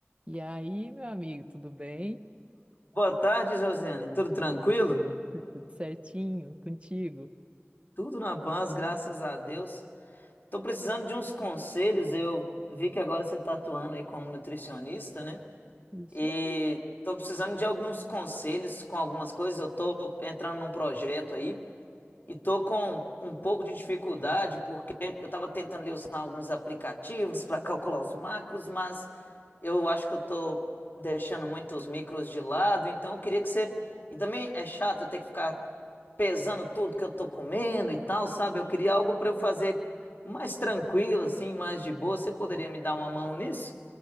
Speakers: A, on the right (about 25°); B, on the left (about 50°).
A: E aí, meu amigo, tudo bem?
B: Boa tarde, Josiane. Tudo tranquilo?
A: Tudo certinho contigo?
B: Tudo na paz, graças a Deus. Estou precisando de uns conselhos. Eu vi que agora você está atuando aí como nutricionista, né?
A: Isso
B: E
A: aí.
B: estou precisando de alguns conselhos com algumas coisas. Eu estou entrando num projeto aí E tô com um pouco de dificuldade porque eu estava tentando ali usar alguns aplicativos para calcular os macros, mas eu acho que eu tô deixando muito os micros de lado, então eu queria que você. E também é chato eu ter que ficar pesando tudo que eu tô comendo e tal, sabe? Eu queria algo para eu fazer mais tranquilo, assim, mais de boa. Você poderia me dar uma mão nisso?